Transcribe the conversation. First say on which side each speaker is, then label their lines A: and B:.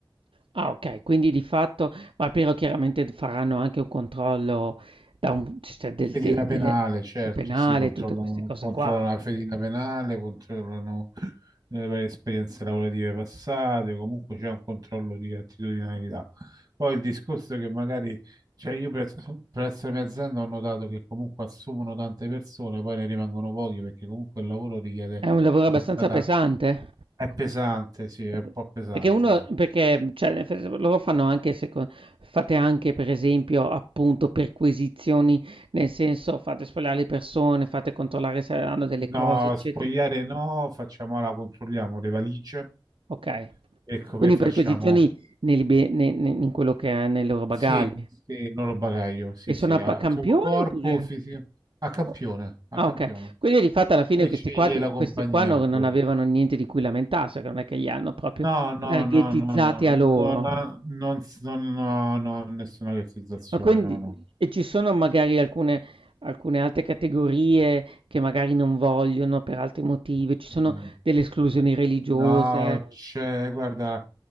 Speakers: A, on the right; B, on the right.
A: Ah okay, quindi di fatto ma però chiaramente d faranno anche un controllo da un c cioè del
B: Fedina
A: de delle
B: penale, certo,
A: il penale,
B: sì, controllano,
A: tutte queste cose
B: controllano
A: qua.
B: la fedina penale, controllano le varie esperienze lavorative passate, comunque c'è un controllo di attitudinalità. Poi il discorso è che magari, cioè io presso, presso la mia azienda ho notato che comunque assumono tante persone, poi ne rimangono pochi perché comunque il lavoro richiede
A: È un lavoro
B: alta
A: abbastanza
B: taccia.
A: pesante?
B: È pesante,
A: Quello
B: sì, è
A: eh
B: un
A: pe
B: po' pesante,
A: perché uno
B: sì.
A: perché, mhmm, cioè nel senso loro fanno anche seco fate anche per esempio, appunto, perquisizioni, nel senso fate sfogliare le persone, fate controllare se hanno delle
B: No,
A: cose, eccetera?
B: spogliare no, facciamola, controlliamo le valigie.
A: Okay.
B: Ecco, poi
A: Quindi
B: facciamo
A: perquisizioni nei libe ne ne in quello che è nei loro bagagli.
B: sì, sì, non lo bagaglio, sì,
A: E sono
B: sì,
A: a
B: ah,
A: pa campione
B: sul corpo
A: oppure
B: fisico, a campione,
A: o
B: a
A: ah
B: campione.
A: okay. Quindi di fatto alla fine
B: E
A: questi
B: sceglie
A: qua di
B: la compagnia
A: questi qua non non
B: pure.
A: avevano niente di cui lamentarsi, perché non è che li hanno proprio
B: No, no,
A: targetizzati
B: no, no, no,
A: a
B: non,
A: loro.
B: ha- non, s- non, no, no, nessuna realizzazione,
A: Ma quindi
B: no, no.
A: e ci sono magari alcune alcune altre categorie che magari non vogliono per altri motivi, ci sono
B: Mm.
A: delle esclusioni religiose,
B: No, c'è, guarda,